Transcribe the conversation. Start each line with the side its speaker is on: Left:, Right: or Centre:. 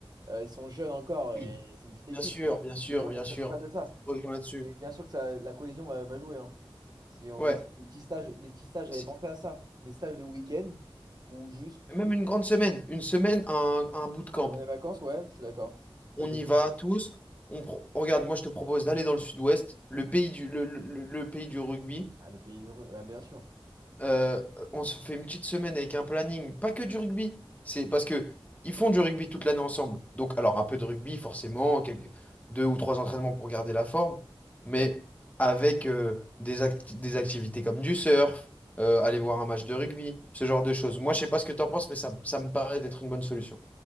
Right: euh, ils sont jeunes encore et
Left: Oui,
Right: c'est une petite
Left: Bien
Right: équipe,
Left: sûr,
Right: donc faut
Left: bien sûr, bien
Right: pas être
Left: sûr.
Right: responsable de ça.
Left: Je te rejoins là-dessus.
Right: Et bien sûr que ça, la cohésion va, va jouer. hein. Si on,
Left: Ouais.
Right: si des petits stages, des petits stages, j'avais
Left: C'est-
Right: pensé à ça. Des stages de week-end ou juste
Left: Même une grande semaine. Une semaine, un, un bootcamp.
Right: pendant les vacances, ouais, je suis d'accord. Ça
Left: on
Right: peut
Left: y
Right: se faire.
Left: va tous. On pro- Regarde, moi je te propose d'aller dans le sud-ouest, le pays du, le, le- le- le pays du rugby.
Right: Ah, le pays heureux, ah, bien sûr.
Left: Euh, on se fait une petite semaine avec un planning, pas que du rugby. C'est parce que ils font du rugby toute l'année ensemble. Donc, alors un peu de rugby, forcément, quelques- deux ou trois entraînements pour garder la forme, mais avec euh, des, act- des activités comme du surf, euh, aller voir un match de rugby, ce genre de choses. Moi, je sais pas ce que tu en penses, mais ça, ça me paraît d'être une bonne solution.